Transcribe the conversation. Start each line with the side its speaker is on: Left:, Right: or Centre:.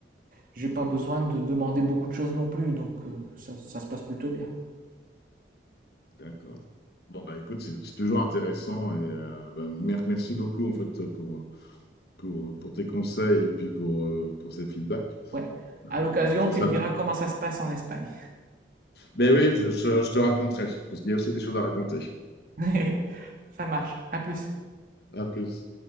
Right: j'ai pas besoin de demander beaucoup de choses non plus, donc euh, ça, ça se passe plutôt bien.
Left: D'accord. Bon, bah écoute, c'est c'est toujours intéressant et euh, ben, mer- merci beaucoup en fait pour, pour, pour tes conseils et puis pour, euh, pour ces feedbacks.
Right: Ouais.
Left: Euh,
Right: À l'occasion,
Left: parce que
Right: tu
Left: ça,
Right: me diras comment ça se passe en Espagne.
Left: mais oui, je, je- je te raconterai, parce qu'il y a aussi des choses à raconter.
Right: <laughs> Ça marche. À plus.
Left: À plus.